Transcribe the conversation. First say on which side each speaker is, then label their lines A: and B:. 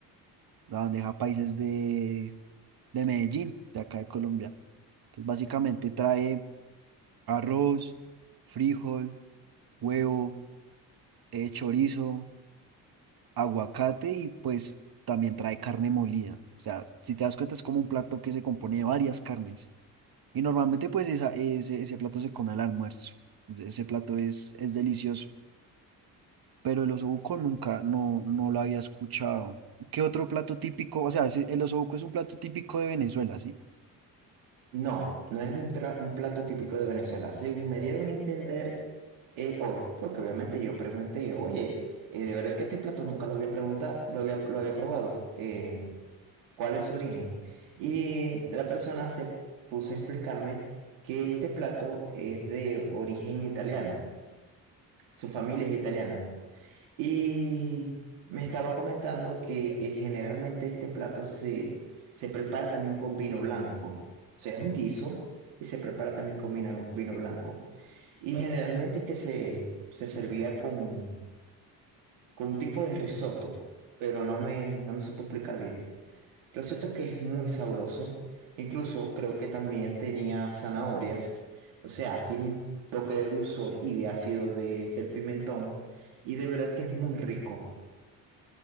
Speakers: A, on the right (about 50°); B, on the right (about 80°).
A: La bandeja paisa es de, de Medellín, de acá de Colombia. Entonces, básicamente trae arroz, frijol, huevo, eh, chorizo, aguacate y pues también trae carne molida. O sea, si te das cuenta es como un plato que se compone de varias carnes. Y normalmente pues esa- ese, ese plato se come al almuerzo. Ese ese plato es, es delicioso. Pero el osobuco nunca, no, no lo había escuchado. ¿Qué otro plato típico? O sea, sí, el osobuco es un plato típico de Venezuela, ¿sí?
B: No, no es de un, tra- un plato típico de Venezuela. Según me dieron a entender eh, hoy, porque obviamente yo pregunté, oye, eh, de verdad que este plato nunca lo había preguntado, lo había, lo había probado. eh, cuál es su origen. Y la persona se puso a explicarme que este plato es de origen italiano, su familia es italiana. Y me estaba comentando que eh, generalmente este plato se, se prepara también con vino blanco. O sea, es un guiso y se prepara también con vino, vino blanco. Y Claro, generalmente que se, se servía con, con un tipo de risotto, pero no claro. me, no me supo explicar bien. Lo cierto que es muy sabroso. Incluso creo que también tenía zanahorias. O sea, tiene un toque de dulzor y de ácido de, del pimentón. Y de verdad que es muy rico.